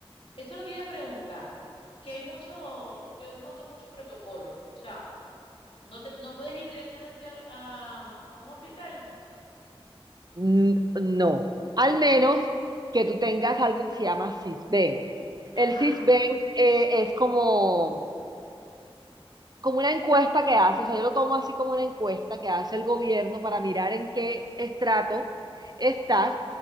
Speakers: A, on the left; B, on the right.
A: Eso es lo que iba a preguntar. Que hay mucho, yo noto mucho protocolo. O sea, no te, no puedes ir directamente a, a- a un hospital.
B: N- No, al menos que tú tengas algo que se llama SISBEN.
A: Ajá.
B: El SISBEN eh, es como como una encuesta que hace, o sea, yo lo tomo así como una encuesta que hace el gobierno para mirar en qué estrato estás